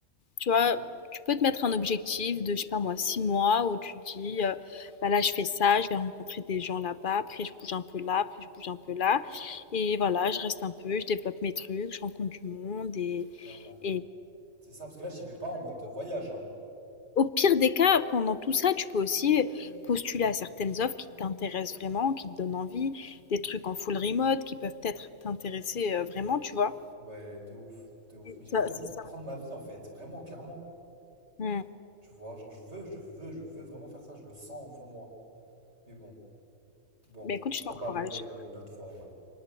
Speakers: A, on the left (about 50°); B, on the right (about 55°).
A: tu vois, tu peux te mettre un objectif de, je sais pas moi, 6 mois où tu te dis, heu: «Bah, là, je fais ça, je vais rencontrer des gens là-bas, après je bouge un peu là, après je bouge un peu là et voilà, je reste un peu, je développe mes trucs, je rencontre du monde» et
B: clairement.
A: et
B: C'est ça, parce que là, j'y vais pas en mode de voyage, hein.
A: au pire des cas, pendant tout ça, tu peux aussi postuler à certaines offres qui t'intéressent vraiment, qui te donnent envie, des trucs en full remote qui peuvent peut-être t'intéresser, heu, vraiment, tu vois?
B: Ouais, de ouf, de ouf.
A: Et
B: Mais j'ai
A: ça
B: vraiment
A: c'est
B: envie de
A: ça.
B: prendre ma vie, en fait. Vraiment, clairement.
A: Mmh.
B: Tu vois, genre, je veux, je veux, je veux vraiment faire ça. Je le sens au fond de moi. Mais bon, bon,
A: Bah, écoute, je
B: je
A: t'encourage.
B: t'en parlerai euh, une autre fois, ouais.